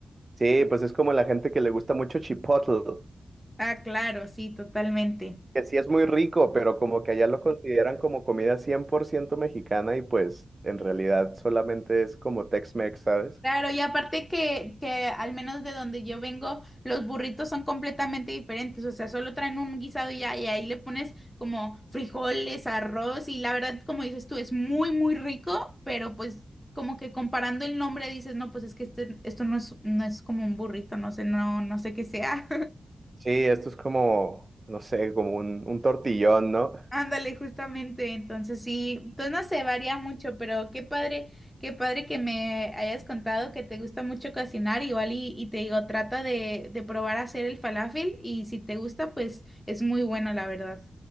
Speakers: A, on the right; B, in the centre.
A: Sí, pues es como la gente que le gusta mucho Chipotle.
B: Ah, claro, sí, totalmente.
A: que sí es muy rico, pero como que allá lo consideran como comida 100% mexicana y pues en realidad solamente es como Tex-Mex, ¿sabes?
B: Claro, y aparte que, que al menos de donde yo vengo, los burritos son completamente diferentes, o sea, solo traen un guisado y ya, y ahí le pones como frijoles, arroz, y la verdad, como dices tú, es muy, muy rico, pero pues como que comparando el nombre dices, no, pues es que este, esto no es, no es como un burrito, no sé, no, no sé qué sea.
A: Sí, esto es como, no sé, como un, un tortillón, ¿no?
B: Ándale, justamente, entonces sí, entonces no sé, varía mucho, pero qué padre, qué padre que me hayas contado que te gusta mucho cocinar, igual y, y te digo, trata de, de probar a hacer el falafel y si te gusta, pues es muy bueno, la verdad.